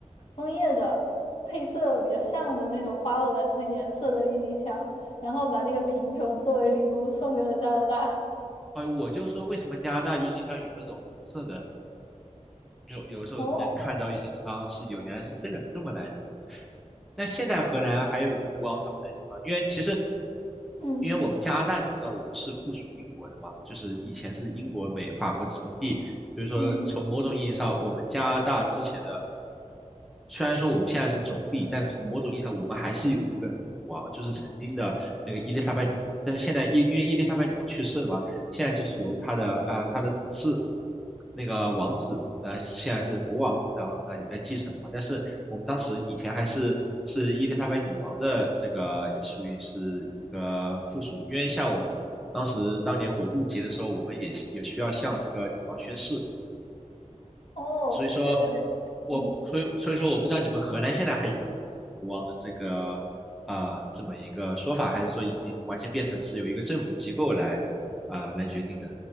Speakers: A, on the left; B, in the centre.
A: 枫叶的配色比较像的那种花纹和颜色的郁金香，然后把那个品种作为礼物送给了加拿大。
B: 哎，我就说为什么加拿大郁金香有那种红色的有有时候能看到一些地方是有原来是这个这么来的。
A: <laughs> 哦，
B: 那现在荷兰还有国王他们那些地方，因为其实
A: 嗯
B: 因为我们加拿大，你知道我们是附属英国的嘛，就是以前是英国、美、法国殖民地，所以说从某种意义上，
A: 嗯
B: 我们加拿大之前的虽然说我们现在是总理，但是从某种意义上，我们还是有一个女王，就是曾经的那个伊丽莎白女王。但是现在伊因为伊丽莎白女王去世了嘛，现在就是由他的啊、
A: 嗯，
B: 他的子嗣那个王子，呃，现在是国王，然后来来继承的嘛。但是我们当时以前还是是伊丽莎白女王的这个属于是一个附属，因为像我们当时当年我入籍的时候，我们也也需要向这个女王宣誓，
A: 哦，
B: 所以说
A: 对对对，
B: 我所以所以说我不知道你们荷兰现在还有没
A: 嗯。
B: 有国王的这个啊这么一个说法，还是说已经完全变成是由一个政府机构来啊、呃来决定的？